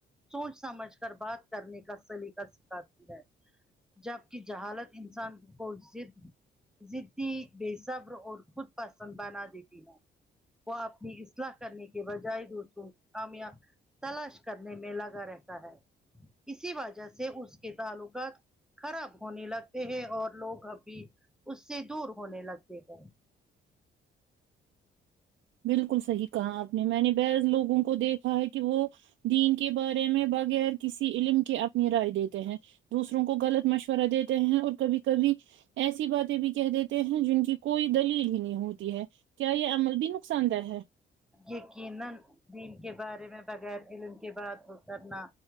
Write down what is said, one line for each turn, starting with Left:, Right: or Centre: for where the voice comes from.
Centre: سوچ سمجھ کر بات کرنے کا سلیقہ سکھاتی ہے جبکہ جہالت انسان کو صرف زیدی بے صبر اور خود پسند بنا دیتی ہے وہ آپنی سلاح کرنے کے بجائے دوسروں کی خامیا تلاش کرنے میں لگا رہتا ہے اسی وجہ سے اس کے تعلقات خراب ہونے لگتے ہیں اور لوگ اب بھی اس سے دور ہونے لگتے ہیں
Right: بالکل صحیح کہا آپ نے میں نے بعض لوگوں کو دیکھا ہے کہ وہ دین کے بارے میں بغیر کسی علم کے اپنی رائے دیتے ہیں دوسروں کو غلط مشورہ دیتے ہیں اور کبھی کبھی ایسی باتیں بھی کہ دیتے تے ہیں جن کی کوئی دلیل ہی نہیں ہوتی ہے کیا یہ عمل بھی نقصان دہ ہے
Centre: یقینا دین کے بارے میں بغیر علم کے بات کرنا